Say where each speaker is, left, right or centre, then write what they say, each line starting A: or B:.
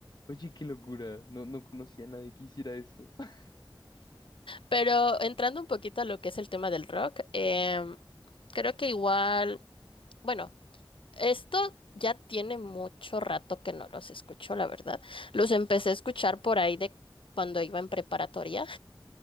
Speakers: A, on the left; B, on the left.
A: oye, qué locura, no, no conocía a nadie que hiciera eso. <laughs>
B: Pero entrando un poquito a lo que es el tema del rock, em, creo que igual, bueno, esto ya tiene mucho rato que no los escucho, la verdad. Los empecé a escuchar por ahí de cuando iba en preparatoria.